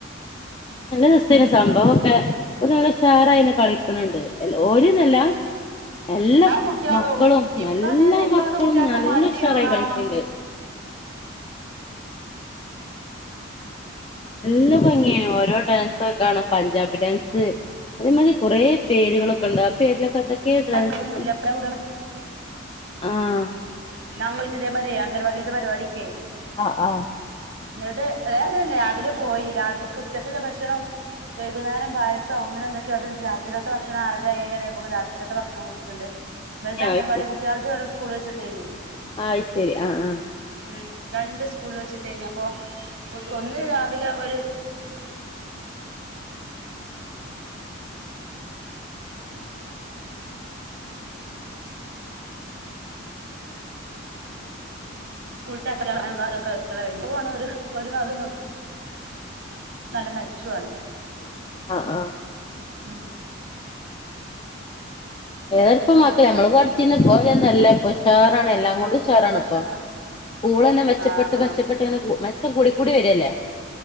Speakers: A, on the left; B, on the right.
A: നല്ല രസയാനി സംഭവം ഒക്കെ ഒരു നമ്മളെ ഷാറായി കളിക്കണണ്ട് ഓരിന്നല്ല എല്ലാ
B: കുട്ട്യാളും
A: മക്കളും
B: ഇപ്പ
A: നല്ലാ
B: അങ്ങനെന്നെ ഇപ്പ
A: മക്കളും
B: അങ്ങത്തെ കുട്ട്യാൾക്ക്
A: നല്ല
B: മടിയോ
A: ഉശാറായി
B: ആഹ്
A: കളിക്കണ്ട് എല്ല ഭംഗിയാണ് ഓരോ ഡാൻസ് കാണാം പഞ്ചാബി ഡാൻസ് അതേമാതി കുറെ പേരുകളൊക്കെ ഉണ്ട് ആ പേരിലൊക്കെ അതക്കെ ക്കെ ഡാൻസുകളും
B: നടക്കലൊന്നുല്ല ഇപ്പ
A: ആഹ്
B: നാ പിന്നെ ഇതേ മാരിയാേ അംഗൻവാടി ത്തെപരിപാടിക്കേ
A: ആഹ് ആഹ്
B: എന്നിട്ട് ഏറ രാവിലെ പോയി രാവിലെ ഉച്ചക്കല്ല ഭക്ഷണം വൈകുന്നേരം പായസം അങ്ങനെ എന്തൊക്കെയ അതുണ്ട് രാത്രികാലത്തെ ഭക്ഷണം ആറര ഏഴ്മണി ആയുമ്പോ രാത്രിക്കകത്തെ ഭക്ഷണം കൊടുക്കുന്നുണ്ട് വെൽത് അങ്കൻവാടി
A: അത്
B: കുട്ടികൾത് സ്കൂൾവെച്ച് വിട്ടേനി
A: ആയ് ശരി ആഹ് ആഹ്
B: ഉം രണ്ട് സ്കൂളിൽ വെച്ചിട്ട കഴഞ്ഞ അപ്പൊ ഒന്ന് രാവിലെ ഒരു സ്കൂളത്തക്കിയള അതൊക്കെതൊക്കെ കഴഞ്ഞ പോ ഒരു ഭാഗം നോക്ക നല്ല മെച്ചു ആണ്
A: ആഹ് ആഹ്
B: ഉം
A: ഏതപ്പമാക്ക
B: നല്ലോം
A: നമ്മള്
B: കളിച്ചു
A: കുടിച്ചി പോലെന്നുംല്ല പഷാറാണ് എല്ലാം അങ്ങോട്ഷാറാണ
B: ഉം ഇപ്പൊ
A: ഇപ്പ
B: ഉഷാറാ
A: സ്കൂൾ തന്നെ മെച്ചപ്പെട്ട്
B: ആഹ്
A: മെച്ചപ്പെട്ട്
B: ആഹ്
A: ഇങ്ങനെ മെച്ചം കൂടി കൂടി വരില്ലേ